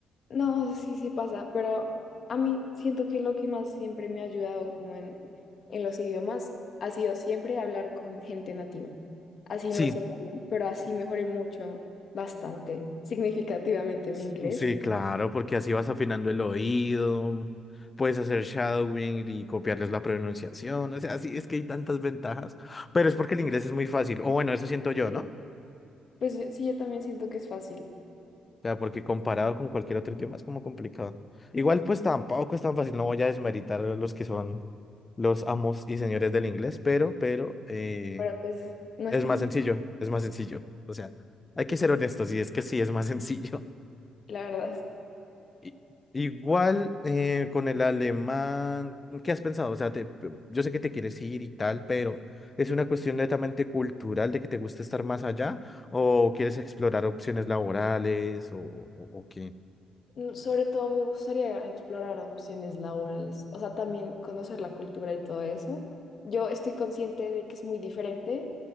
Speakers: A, on the left (about 55°); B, on the left (about 30°).
A: No, sí, sí pasa, pero a mí siento que lo que más siempre me ha ayudado como en, en los idiomas ha sido siempre hablar con gente nativa. Así
B: Sí,
A: no sepa bien, pero así mejoré mucho, bastante, significativamente
B: s-
A: mi inglés.
B: sí, claro, porque así vas afinando el oído, puedes hacer shadowing y copiarles la pronunciación, o sea, sí, es que hay tantas ventajas, pero es porque el inglés es muy fácil, o bueno, eso siento yo,
A: Sí.
B: ¿no?
A: Pues yo- sí, yo también siento que es fácil,
B: O sea, porque comparado con cualquier otro idioma es como complicado. Igual pues tampoco es tan fácil, no voy a desmeritar a los que son los amos y señores del inglés, pero, pero eh,
A: pero pues no es
B: es
A: tan,
B: más sencillo, es más sencillo. O sea, hay que ser honestos y es que sí, es más <laughs> sencillo.
A: la verdad.
B: I- Igual eh, con el alemán, ¿qué has pensado? O sea, te- yo sé que te quieres ir y tal, pero ¿es una cuestión netamente cultural de que te gusta estar más allá o quieres explorar opciones laborales o, o o qué?
A: Mm, Sobre todo me gustaría explorar opciones laborales, o sea, también conocer la cultura y todo eso. Yo estoy consciente de que es muy diferente